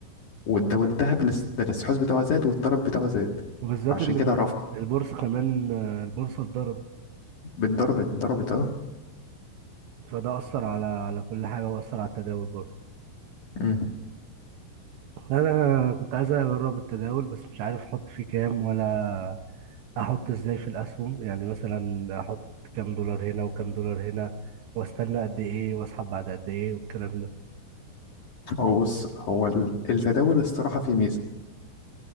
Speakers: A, on the left (about 55°); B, on the right (about 70°).
A: والد- والذهب الاس- ده الاستحواذ بتاعه زاد والطلب بتاعه زاد
B: وبالذات
A: عشان
B: ان
A: كده
B: ال-
A: رفع
B: البورصه كمان آه، البورصه اتضربت
A: بالضرب ضربت اه
B: فده اثر على على كل حاجه واثر على التداول برضه
A: أمم.
B: انا كنت عايز اجرب التداول بس مش عارف احط فيه كام ولا احط ازاي في الاسهم يعني مثلا احط كام دولار هنا وكام دولار هنا واستنى قد ايه واسحب بعد قد ايه والكلام ده
A: هو بص هو ال- التداول الصراحة فيه ميزة